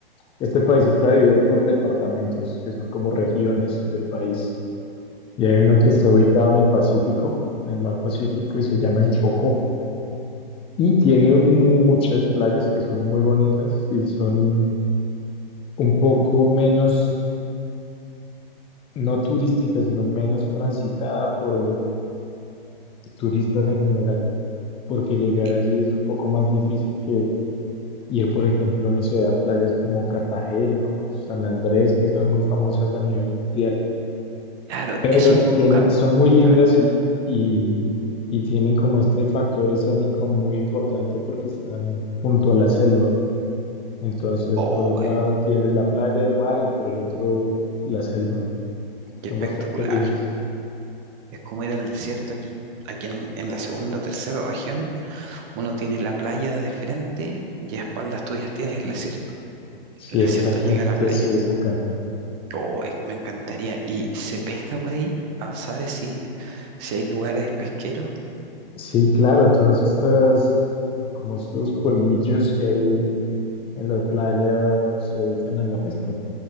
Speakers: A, on the left; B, on the right.
A: este país está dividido por departamentos, que son como regiones del país. Y hay uno que está ubicado en el Pacífico, en el mar Pacífico, y se llama el Chocó. Y tiene muchas playas que son muy bonitas y son un poco menos, no turísticas, sino menos transitada por turistas en general porque llegar
B: Eh,
A: allí es un poco más difícil que ir, por ejemplo, no sé, a playas como Cartagena o San Andrés, que son muy famosas a nivel mundial,
B: claro,
A: pero
B: eso ando
A: tienen,
B: buscando,
A: son muy
B: justamente.
A: lindas y, y, y tienen como este factor escénico muy importante porque están junto a la selva. Entonces,
B: Oh,
A: por un lado
B: eh,
A: tienes la playa, el mar y por el otro la selva.
B: qué
A: Son
B: espectacular.
A: bastante lindos.
B: Es como ir al desierto aquí. Aquí en, en la segunda, tercera región, uno tiene la playa de frente y a espaldas tuyas tienes el desierto.
A: Sí,
B: El desierto
A: exactamente
B: llega a la playa.
A: así es acá.
B: Oh, eh, me encantaría. ¿Y se pesca por ahí? Ah, ¿Sabes si, si hay lugares pesqueros?
A: Sí, claro, todos estos como estos pueblillos que hay en las playas se dedican a la pesca.